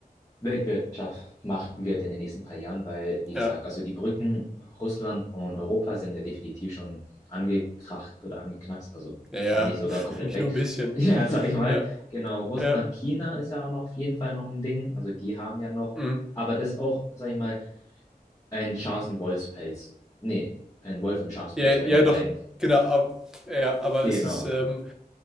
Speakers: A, on the left; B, in the centre.
A: Weltwirtschaft machen wird in den nächsten paar Jahren, weil, wie gesagt,
B: Ja,
A: also die Brücken Russland und Europa sind ja definitiv schon angekracht oder angeknackst, also
B: ja, ja.
A: wenn nicht sogar
B: <laughs>
A: komplett
B: nicht
A: weg.
B: nur ein
A: <laughs>
B: bisschen.
A: Ja, sag ich mal.
B: Ja,
A: Genau, Russland,
B: ja,
A: China ist ja auch noch auf jeden Fall noch ein Ding. Also die haben ja noch,
B: mm.
A: aber das auch, sag ich mal, ein Schaf im Wolfspelz. Nee, ein Wolf im Schafspelz
B: ja, ja,
A: bei den beiden.
B: doch, genau, aber, ja, aber
A: Genau,
B: es ist, ähm,